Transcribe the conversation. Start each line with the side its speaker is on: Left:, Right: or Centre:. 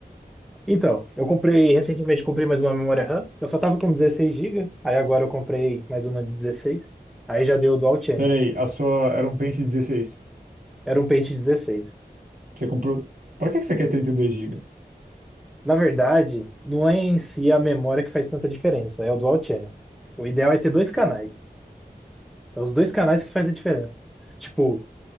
Centre: Então, eu comprei recentemente, comprei mais uma memória RAM. Eu só tava com 16 GB, aí agora eu comprei mais uma de 16. Aí já deu dual channel.
Right: Pera aí, a sua era um pente 16.
Centre: Era um pente 16.
Right: Você comprou. Pra que que você quer trinta e dois gigas?
Centre: Na verdade, não é em si a memória que faz tanta diferença, é o dual channel. O ideal é ter dois canais. É os dois canais que faz a diferença. Tipo,